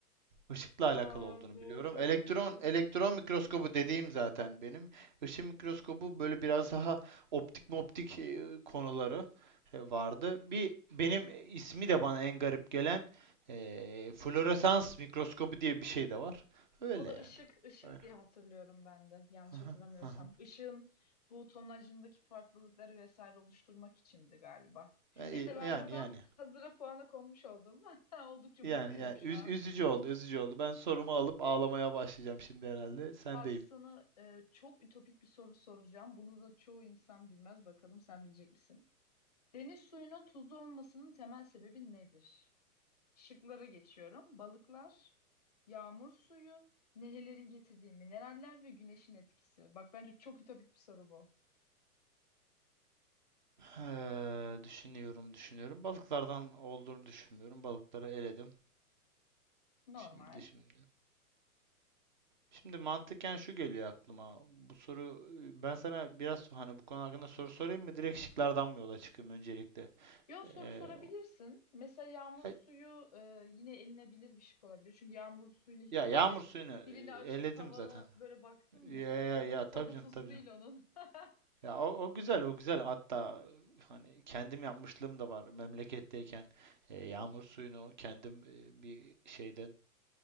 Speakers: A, on the right; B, on the left.
A: Işıkla alakalı
B: Aa
A: olduğunu
B: doğru
A: biliyorum. Elektron
B: doğru.
A: elektron mikroskobu dediğim zaten benim. Işın mikroskobu böyle biraz daha optik moptik e, konuları e, vardı. Bir benim ismi de bana en garip gelen e, floresans mikroskobu diye bir şey de var. Öyle
B: O da
A: yani.
B: ışık, ışık
A: Öyle.
B: diye hatırlıyorum ben de. Yanlış
A: Aha,
B: hatırlamıyorsam.
A: aha.
B: Işığın bu tonajındaki farklılıkları vesaire oluşturmak içindi galiba.
A: E,
B: Neyse ben
A: e, yani
B: buradan
A: yani.
B: hazıra puanı konmuş oldum. <laughs> Oldukça
A: Yani
B: mutluyum
A: yani
B: şu
A: üz-
B: an.
A: üzücü oldu, üzücü oldu. Ben sorumu alıp ağlamaya başlayacağım şimdi herhalde. Sen
B: Bak
A: de
B: sana e, çok ütopik bir soru soracağım. Bunu da çoğu insan bilmez. Bakalım sen bilecek misin? Deniz suyunun tuzlu olmasının temel sebebi nedir? Şıklara geçiyorum. Balıklar, yağmur suyu, nehirlerin getirdiği mineraller ve güneşin etkisi. Bak bence çok ütopik bir soru bu.
A: Eee, düşünüyorum, düşünüyorum. Balıklardan olduğunu düşünmüyorum. Balıkları eledim.
B: Normal.
A: Şimdi, şimdi. Şimdi mantıken şu geliyor aklıma. Bu soru e, ben sana biraz hani bu konu hakkında soru sorayım mı? Direkt şıklardan mı yola çıkayım öncelikle?
B: Yo
A: Eee,
B: soru sorabilirsin. Mesela yağmur
A: e-
B: suyu e, yine elinebilir bir şık olabilir. Çünkü yağmur suyunu hiç
A: ya
B: böyle
A: yağmur suyunu e,
B: dilini açıp
A: eledim
B: tavana
A: zaten.
B: böyle baktın mı
A: Ya
B: mesela
A: ya
B: o
A: ya tabii
B: tadı
A: canım
B: tuzu
A: tabii canım.
B: değil onun. <laughs>
A: Ya o, o güzel o güzel. Hatta e, hani kendim yapmışlığım da var memleketteyken. E, yağmur suyunu kendim e, bir şeyde